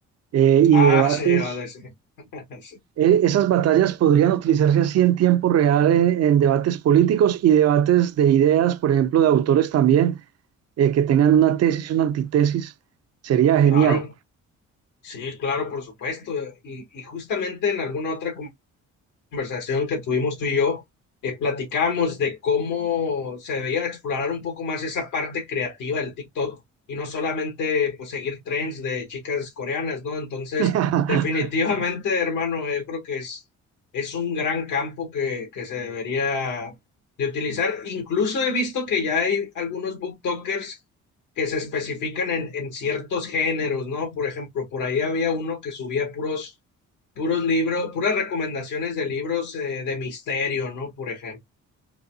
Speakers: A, on the right (about 55°); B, on the left (about 80°).
A: eh, y
B: Ah,
A: de debates.
B: sí, vale, sí. <laughs>
A: Eh, esas batallas podrían utilizarse así en tiempo real en, en debates políticos y debates de ideas, por ejemplo, de autores también, eh, que tengan una tesis, y una antitesis. Sería genial.
B: Claro. Sí, claro, por supuesto. Y, y justamente en alguna otra conversación que tuvimos tú y yo, eh, platicamos de cómo se debería explorar un poco más esa parte creativa del TikTok y no solamente pues seguir trends de chicas coreanas, ¿no? Entonces,
A: <laughs>
B: definitivamente, hermano, eh, yo creo que es, es un gran campo que, que se debería de utilizar. Incluso he visto que ya hay algunos booktokers que se especifican en, en ciertos géneros, ¿no? Por ejemplo, por ahí había uno que subía puros Puros libros, puras recomendaciones de libros eh, de misterio, ¿no? Por ejemplo.